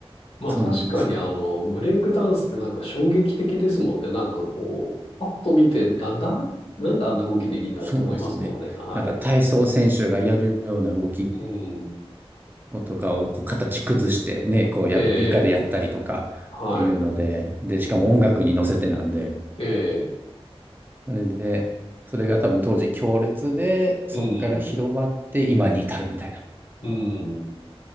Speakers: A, on the right; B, on the left.
A: そうなんですよ。
B: あ確かにあの、ブレイクダンスってなんか衝撃的ですもんね。なんかこう、パッと見て、なんだなんであんな動きできるんだって思いますもんね。
A: そうですね。
B: はい。
A: なんか体操選手がやるような動き
B: うん。
A: をとかをこう形崩してね、こうや、
B: ええ、
A: 床でやったりとかっていうので、
B: はい。
A: で、しかも音楽に乗せてなんで、
B: ええ、
A: それで、それが多分当時強烈で、そこから広まって今に至るみたいな
B: うん。うん。